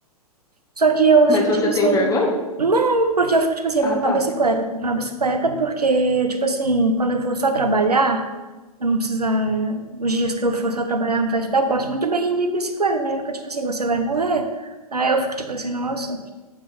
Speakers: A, on the right; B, on the left.
A: Só que eu
B: Mas
A: fico
B: você
A: tipo assim,
B: tem vergonha?
A: não, porque eu fico tipo assim,
B: Ah,
A: vou comprar
B: tá.
A: uma bicicleta, vou comprar uma bicicleta porque tipo assim, quando eu for só trabalhar, eu não precisar, os dias que eu for só trabalhar, não precisar estudar, eu posso muito bem ir de bicicleta, né? Fica tipo assim, você vai morrer. Aí eu fico tipo assim, nossa,